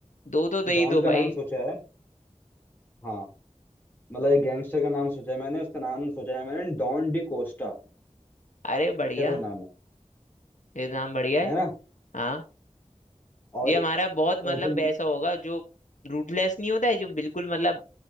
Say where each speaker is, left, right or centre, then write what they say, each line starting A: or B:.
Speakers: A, on the left; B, on the left.
A: दो तो दे
B: डॉन
A: ही दो
B: का नाम
A: भाई
B: सोचा है हाँ मतलब एक गैंगस्टर का नाम सोचा है मैंने उसका नाम सोचा है मैंने डॉन डी कोस्टा
A: अरे बढ़िया
B: कैसा नाम है
A: ये नाम बढ़िया है
B: है ना
A: हाँ
B: और
A: ये हमारा बहुत मतलब
B: अ, जो
A: ऐसा होगा जो रूटलेस नहीं होता है जो बिल्कुल मतलब